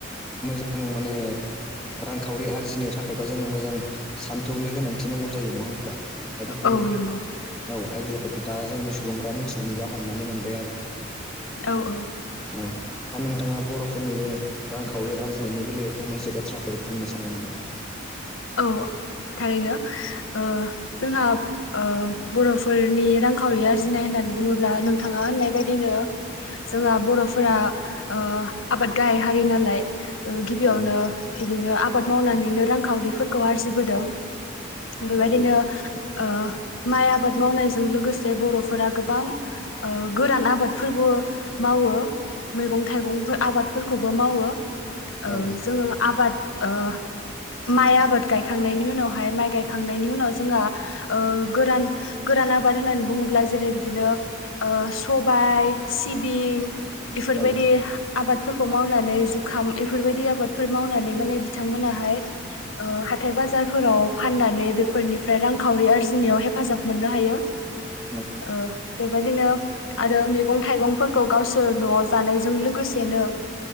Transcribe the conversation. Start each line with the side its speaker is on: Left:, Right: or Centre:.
Centre: आं माने रांखावरि आरजिनो थाखायबा जोंनो मोजां सान्थौनि गोनांथि नांगौ जायो नङा होनबा? दा बेफोरबायदि
Left: औ नंगौ
Centre: औ आइडियाफोरखौ दा जोंनि सुबुंफ्रा मोनथिनानै बा हमनानै मोनबाय आरो।
Left: औ औ
Centre: औ दा नोंथाङा बर'फोरनि बे रांखावरि आरजि नायनि बेलायाव फंनैसो बाथ्राफोर बुंनो सानो नामा?
Left: औ थारैनो, ओ जोंहा ओ बर'फोरनि रांखावरि आरजिनाय होननानै बुङोब्ला नोंथाङा होननाय बायदिनो जोंहा बर'फोरा आबाद ओ गाहाय हारि नालाय ओ गिबियावनो
Centre: औ
Left: इदिनो आबाद मावनानैनो रांखावरिफोरखौ आरजिबोदों। बेबायदिनो
Centre: नंगौ
Left: ओ माइ आबाद मावनायजों लोगोसे बर'फोरा गोबां ओ गोरान आबादफोरबो मावो। मैगं थाइगंफोर आबादफोरखौबो मावो ओ
Centre: औ नंगौ
Left: जोङो आबाद ओ माइ आ बाद गायखांनायनि उनावहाय माइ गायखांनायनि उनाव जोङा ओ गोरान गोरान आबाद होननानै बुङोब्ला जेरै बिदिनो ओ सबाय सिबिं इफोरबायदि
Centre: औ
Left: आबादफोरखौ मावनानै जुखाम इफोरबायदि आबादफोर मावनानै माने बिथांमोनाहाय ओ हाथाइ बाजारफोराव फाननानै बेफोरनिफ्राय रांखावरि आरजिनायाव हेफाजाब मोननो हायो।
Centre: <unintelligible>
Left: औ बेबायदिनो आरो मैगं थाइगंफोरखौ गावसोर न'आव जानायजों लोगोसेनो